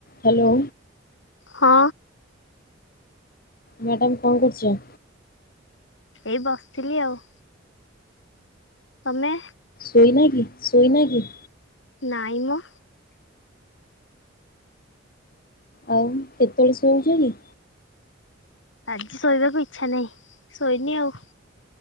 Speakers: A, on the left; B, on the left.
A: Hello
B: ହଁ।
A: Madam କଣ କରୁଛ?
B: ଏଇ ବସିଥିଲି ଆଉ ତମେ?
A: ଶୋଇନା କି, ଶୋଇନା କି?
B: ନାଇମ
A: ଆଉ କେତେବେଳେ ଶୋଇଉଛ କି?
B: ଆଜି ଶୋଇବାକୁ ଇଚ୍ଛା ନାହିଁ, ଶୋଇନି ଆଉ